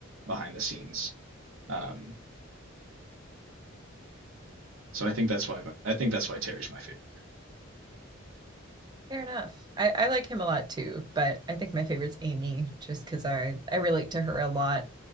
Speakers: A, on the right; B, on the right.
A: behind the scenes. Um, so I think that's why I think that's why Terry's my favorite
B: Fair enough. I, I like him a lot too, but I think my favorite's Amy just because I, I relate to her a lot